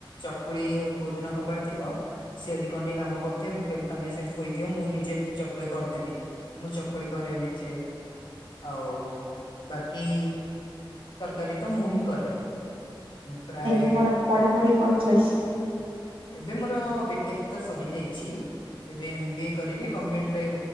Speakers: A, on the left (about 60°); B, on the right (about 90°).
A: ଚକୁଳି କୋଉ ଦିନ ହବାର ଥିବ ସିଏ ଯଦି କଣ ଟିକେ କାମ କରୁଥିବେ ମୁଁ କହିବି ତମେ ସେଠି ଥୋଇଦିଅ ମୁଁ ନିଜେ ଚକୁଳି କରିଦେବି। ମୁଁ ଚକୁଳି କରେ ନିଜେ। ଆଉ ବାକି ତରକାରୀ ତ ମୁଁ ହିଁ କରେ। ମୁଁ ପ୍ରାୟ
B: ଏଇନେ ପ ପଢାପଢ଼ି କଣ ଚାଲିଚି?
A: ଏବେ ମୋର ବିଟେକ୍ ତ ସରି ଯାଇଛି। ଏବେ ଏମ ବି ଏ କରିବି। ଗଭମେଣ୍ଟରେ